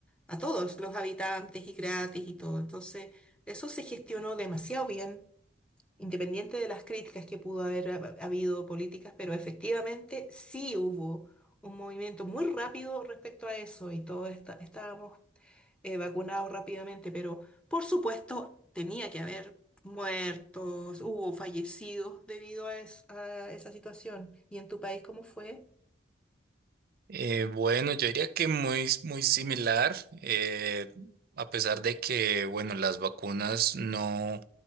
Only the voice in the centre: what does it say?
a todos los habitantes y gratis y todo. Entonces, eso se gestionó demasiado bien independiente de las críticas que pudo haber hab- habido políticas, pero efectivamente sí hubo un movimiento muy rápido respecto a eso y todos esta- estábamos eh, vacunados rápidamente, pero por supuesto tenía que haber muertos, hubo fallecidos debido a, es- a esa situación. ¿Y en tu país cómo fue?